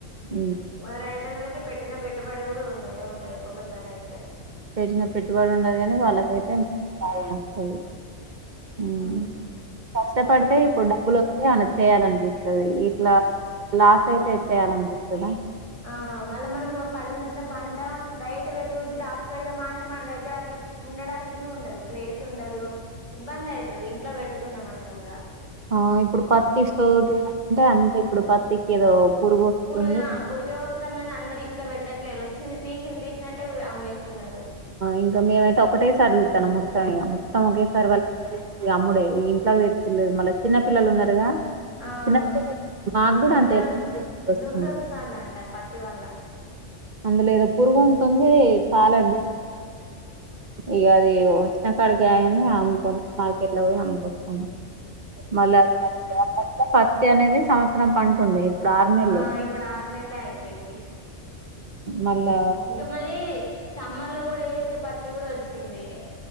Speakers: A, on the right; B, on the left.
A: ఉమ్,
B: వాల్ రైతన్నలకి పెట్టిన పెట్టుబడి కూడా ఉండదు ఉండదు ఒక్కొక్కసారి అయితే
A: పెట్టిన పెట్టుబడి ఉండదు కాని వాళ్ళకైతే ప్రాబ్లం వస్తది ఉమ్.
B: ఉ
A: కష్టపడితే ఇప్పుడు డబ్బులు వత్తే అలా చేయాలనిపిస్తుంది ఇట్లా లాస్ అయితే చేయాలినిపిస్తదా
B: ఆ మళ్ళ మనం పండిచ్చిన పంట రేట్ పెరుగుద్ది దాస్ పెడదామా అంటే మన దగ్గర అట్లా ఉండడానికి కూడా ఉండదు ప్లేస్ ఉండదు ఇబ్బంది అయితది ఇంట్లో పెట్టుకుందాం అన్నా కూడా
A: ఆ ఇప్పుడు పత్తి సో అంటే అంతే ఇప్పుడు పత్తికి ఏదో పురుగు వస్తుంది
B: పురుగా పురుగే వస్తందని అందరు ఇంట్లో పెట్టట్లేరు వచ్చింది తీసి తీసినట్టే అమ్మేస్తున్నారు
A: ఇంకా మేమైతే ఒకటేసారి తిత్తనం మొత్తం ఇగ మొత్తం ఒకేసారి వా ఇగ అమ్ముడే ఈ ఇంట్లో పెడ్తలేరు మళ్ళ చిన్న పిల్లలు ఉన్నారుగా
B: అవును
A: చిన్న పిల్లలు మాకు కూడా
B: అంత
A: వస్తుంది
B: దుర్ద వస్తందంట పత్తి వల్ల
A: అందు లేదో పురుగు ఉంటుంది చాలా ఇగ అది ఉన్న కడికేయని అమ్ముకొని మార్కెట్ లో పోయి అమ్ముకొస్తానము మళ్ళా ప పత్తి అనేది సంవత్సరం పంట ఉండే ఇప్పుడు ఆరు నెల్లే
B: ఆ ఇప్పుడు ఆర్నెల్లె అయిపోయింది
A: మళ్ళా
B: ఇంక మళ్ళీ సమ్మర్ లో కూడా వేసే పత్తి కూడా వచ్చింది